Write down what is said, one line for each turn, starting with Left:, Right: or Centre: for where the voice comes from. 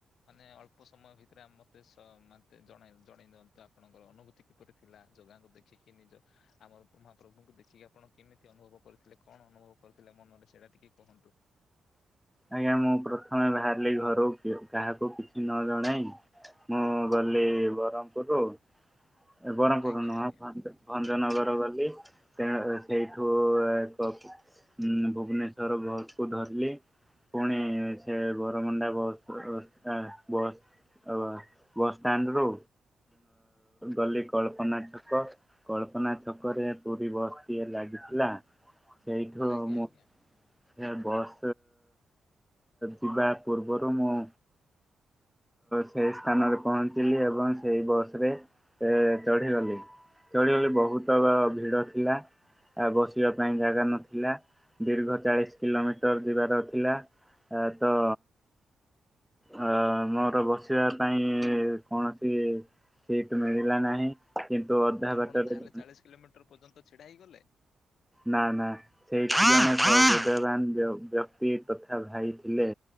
Left: ମାନେ ଅଳ୍ପ ସମୟ ଭିତରେ ମତେ ସ ମତେ ଜଣ ଜଣେଇ ଦିଅନ୍ତୁ ଆପଣଙ୍କର ଅନୁଭୂତି। କିପରି ଥିଲା? ଜଗାଙ୍କୁ ଦେଖିକି ନିଜ ଆମର ମହାପ୍ରଭୁଙ୍କୁ ଦେଖିକି ଆପଣ କେମିତି ଅନୁଭବ କରିଥିଲେ? କଣ ଅନୁଭବ କରୁଥିଲା ମନରେ? ସେଇଟା ଟିକେ କୁହନ୍ତୁ?
Centre: ଆଜ୍ଞା ମୁଁ ପ୍ରଥମେ ବାହାରିଲି ଘରୁ କାହାକୁ କିଛି ନ ଜଣେଇ। ମୁଁ ଗଲି ବ୍ରରମପୁରରୁୁ। ଏ ବରହମପୁରୁ
Left: ଆଜ୍ଞା
Centre: ନୁହଁ।
Left: ଆଜ୍ଞା
Centre: ଭଞ୍ଜ, ଭଞ୍ଜନଗର ଗଲି। ସେ ସେଇଠୁ ତ ଭୁବନେଶ୍ଵର ବସକୁ ଧରିଲି। ପୁଣି ସେ ବରମୁଣ୍ଡା ବସ୍ ଷ୍ଟା ବସ୍ ଅ ବସଷ୍ଟାଣ୍ଡ ରୁ ଗଲି କଳ୍ପନା ଛକ। କଳ୍ପନା ଛକରେ ପୁରୀ ବସ୍ ଟିଏ ଲାଗିଥିଲା। ସେଇଠୁ
Left: ଆଜ୍ଞା ଆଜ୍ଞା
Centre: ମୁଁ ସେ ବସ୍ ଯିବା ପୂର୍ବରୁ ମୁଁ ସେଇ ସ୍ଥାନରେ ପହଞ୍ଚିଲି ଏବଂ ସେଇ ବସ ରେ ଏ ଚଢିଗଲି ଚଢିଗଲି ବହୁତ ଭିଡ ଥିଲା। ଆଉ ବସିବା ପାଇଁ ଜାଗା ନଥିଲା ଦୀର୍ଘ ଚାଳିଶ କିଲୋମିଟର ଯିବାର ଥିଲା ତ ହଁ ମୋର ବସିବା ପାଇଁ କୌଣସି ସିଟ ମିଳିଲା ନାହିଁ। କିନ୍ତୁ ଅଧା
Left: ଆପଣ
Centre: ବାଟରେ
Left: ତାହେଲେ
Centre: ଜଣେ
Left: ଚାଳିଶ କିଲୋମିଟର ପର୍ଯ୍ୟନ୍ତ ଛିଡା ହେଇଗଲେ।
Centre: ନାଁ ନାଁ ସେଇଠି ହୃଦୟମାନ ବ୍ୟକ୍ତି ତଥା ଭାଇ ଥିଲେ।